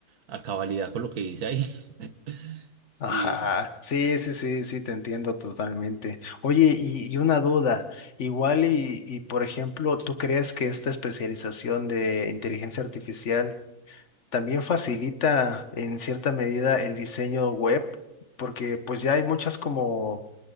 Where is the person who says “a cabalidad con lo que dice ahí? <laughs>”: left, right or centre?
Right